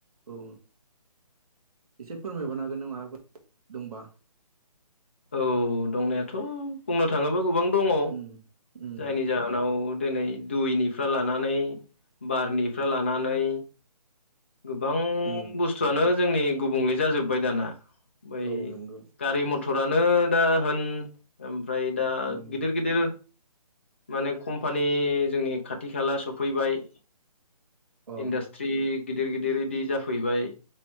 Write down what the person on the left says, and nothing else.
औ दंनायाथ' बुंनो थाङोबा गोबां दङ
जायनि जाहोनाव दिनै दुइनिफ्राय लानानै बारनिफ्राय लानानै गोबां
बुस्थुआनो जोंनि गुबुंले जाजोब्बाय दाना बै
गारि मथर मटरानो दा होन ओमफ्राय दा
गिदिर- गिदिर माने कम्पानि जोंनि खाथि -खाला सौफैबाय।
इन्डास्ट्रि गिदिर- गिदिर बिदि जाफैबाय।